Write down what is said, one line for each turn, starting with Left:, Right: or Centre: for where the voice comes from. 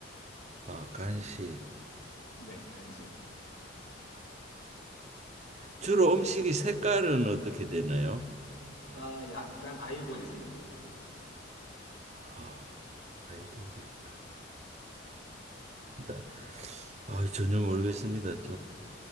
Right: 아, 간식.
Left: 네, 간식.
Right: 주로 음식이 색깔은 어떻게 되나요?
Left: 아, 약간 아이보리색입니다.
Right: 아, 아이보리다. 나- 아, 전혀 모르겠습니다. 좀